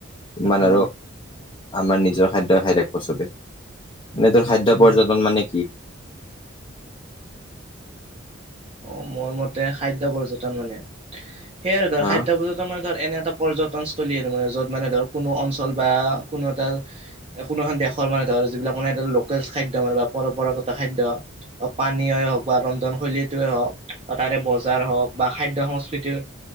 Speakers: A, on the left; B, on the right.
A: ইমান
B: অ
A: আৰু আমাৰ নিজৰ খাদ্যই খাই থাকব চবে। এনেতোৰ খাদ্য
B: অ
A: পৰ্যটন মানে কি?
B: অ মোৰ মতে খাদ্য পৰ্যটন মানে সেইয়াই আৰু ধৰ
A: হা
B: খাদ্য পৰ্যটন মানে ধৰ এনে এটা পৰ্যটনস্থলী আৰু মানে য'ত মানে ধৰক কোনো অঞ্চল বা কোনো এটা কোনো এখন দেশৰ মানে ধৰক আৰু যিবিলাক মানে লোকেল খাদ্য মানে পৰম্পৰাগত খাদ্য পানীয় হওক বা ৰন্ধনশৈলী হওক বা তাৰে বজাৰ হওক বা খাদ্য সংস্কৃতিৰ